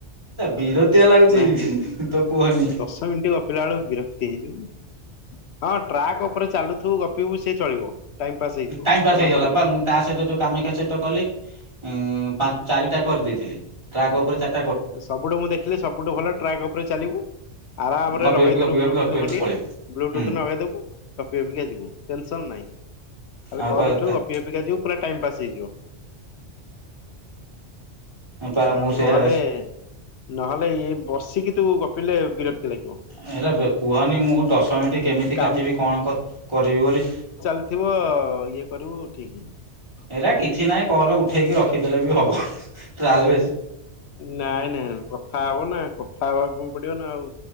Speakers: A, on the right; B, on the left.
A: ବିରକ୍ତିଆ ଲାଗୁଛି
B: ନା
A: ତ କୁହନି
B: ଦଶ ମିନିଟ୍ ଗପିଲା ବେଳୁ ବିରକ୍ତି। ଇ ଯୋଉ ହଁ ଟ୍ରାକ୍ ଉପରେ ଚାଲୁଥିବୁ ଗପିବୁ ସେ ଚଳିବ। ଟାଇମ୍ ପାସ୍ ହେଇଯିବ
A: ଟାଇମ୍ ପାସ୍
B: ଜଣାପଡ଼ିବନି।
A: ହେଇଗଲା ବା ମୁଁ ତା ସହିତ ଯୋଉ କାମଖା ସହିତ କଲି ଉଁ ଚାରିଟା କରିଦେଇଥିଲି, ଟ୍ରଗ ଉପରେ ଚ
B: ସବୁଠୁ ମୁଁ ଦେଖିଲି ସବୁଠୁ ଭଲ ଟ୍ରାକ୍ ଉପରେ ଚାଲିବୁ ଆରାମ ରେ
A: ଗପି
B: ଲଗେଇଦେଲୁ
A: ଗପି ଗପି ଗପି
B: ବ୍ଲୁଟୁଥ
A: ଗପି ଗପି
B: ଖଣ୍ଡି
A: ପଳେଇବି
B: ବ୍ଲୁଟୁଥ
A: ହୁଁ
B: ଲଗେଇଦବୁ ପି ଯ
A: ଆଉ
B: କଲ
A: ପା
B: ଉଠ
A: ହୁଁ
B: ଗପିପିକା ଯିବ ପ ଟାଇ ପାସ୍ ହେଇଯିବ।
A: ପା
B: ଆଉ
A: ମୁଁ ସେୟା
B: ନହଲେ ନହେଲେ ଏଇ ବସିକି ତୁ ଗପିଲେ ବିରକ୍ତି ଲାଗିବ।
A: ହେଲେ କୁହନି ମୁଁ ଦଶମିନଟ କେମିତି
B: କାମ
A: କାଟିବି କଣ କରିବି ବୋଲି
B: ଥିବ ଇଏ କରିବୁ ଠିକ।
A: ଏଇଟା କିଛି ନାହିଁ କଲ ଉଠେଇକି ରଖିଦେଲେ ବି ହବ, ତାହେଲେ
B: ନାଇଁ ନାଇଁ କଥା ହବ ନା କଥା ହବା ପାଇଁ ପଡିବ ନା ଆଉ।